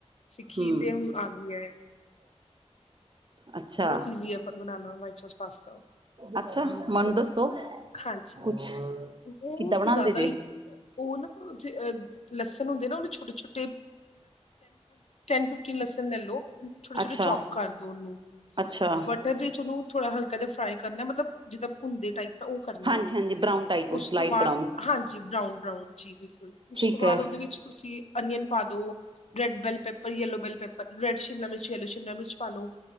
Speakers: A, on the left (about 70°); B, on the right (about 45°).
A: ਸਿੱਖੀ
B: ਹਮ
A: ਤੇ ਹੁਣ ਆ ਗਈ ਹੈ
B: ਅੱਛਾ
A: ਬਹੁਤ ਈਜ਼ੀ ਹੈ ਬਣਾਉਣਾ ਵਾਇਟ ਸੋਸ ਪਾਸ
B: ਅੱਛਾ ਮੈਨੂੰ ਦੱਸੋ
A: ਹਾਂਜੀ
B: ਕੁਛ
A: ਉਹ
B: ਕਿੱਦਾਂ ਬਣਾਉਂਦੇ
A: ਜ਼ਿਆਦਾ
B: ਜੇ
A: ਹੀ ਉਹ ਨਾ ਉੱਥੇ ਅਹ ਲਸਣ ਹੁੰਦੇ ਨਾ ਉਹਨੇ ਛੋਟੇ ਛੋਟੇ ਫਿਫਟੀ ਲਸਣ ਲੈ ਲਓ ਛੋਟੇ ਛੋਟੇ
B: ਅੱਛਾ
A: ਚੋਪ ਕਰ ਦੋ ਉਹਨੂੰ
B: ਅੱਛਾ
A: ਬਟਰ ਵਿੱਚ ਉਹਨੂੰ ਥੋੜਾ ਹਲਕਾ ਜਿਹਾ ਫਰਾਈ ਕਰਨਾ ਮਤਲਬ ਜਿੱਦਾਂ ਭੁੰਦੇ ਟਾਈਪ ਤਾਂ ਉਹ ਕਰਨਾ
B: ਹਾਂਜੀ
A: ਆ
B: ਹਾਂਜੀ ਬਰਾਊਨ ਟਾਈਪ
A: ਉਸ
B: ਲਾਈਟ
A: ਤੋਂ ਬਾਅਦ
B: ਬਰਾਊਨ
A: ਹਾਂਜੀ ਬਰਾਊਨ ਬਰਾਊਨ ਚੀ ਬਿਲਕੁਲ ਉਸ
B: ਠੀਕ
A: ਤੋਂ ਬਾਅਦ
B: ਹੈ
A: ਉਹਦੇ ਵਿੱਚ ਤੁਸੀਂ ਅਨੀਅਨ ਪਾ ਦੋ red bell pepper yellow bell pepper red Shimla ਮਿਰਚ ਯਲੋ ਸ਼ਿਮਲਾ ਮਿਰਚ ਪਾ ਲੋ